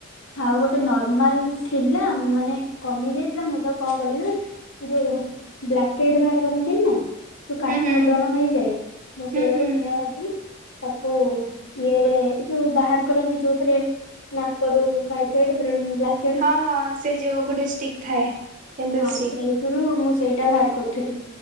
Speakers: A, on the left; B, on the right.
A: ଆଉ ଗୋଟେ ନର୍ମାଲ ଥିଲା ମାନେ କମେଇ ଯାଇଥିଲା ମୁଁ ତ କଣ କଲିି ନା ଯୋଉ ବ୍ଲାକେଟ୍ ବାହାର କରନ୍ତିନି ନା? ଯୋଉ କାଠ
B: ହୁଁ ହୁଁ
A: ବ୍ରଣ ହେଇଯାଏ ମୁଁ
B: ହୁଁ
A: ସେଇଆକୁ
B: ହୁଁ
A: ସେୟା ଭାବି ତାକୁ ଇଏରେ ଯୋଉ ବାହାର କରନ୍ତି ଯୋଉଥିରେ ନା <unintelligible>
B: ହଁ ହଁ ସେ ଯୋଉ ଗୋଟେ ଷ୍ଟିକ ଥାଏ। ଟେମ୍ବଲ
A: ହଁ
B: ଷ୍ଟିକ୍
A: ସେଇଥିରୁ ମୁଁ ସେଇଟା ବାହାର କରୁଥିଲି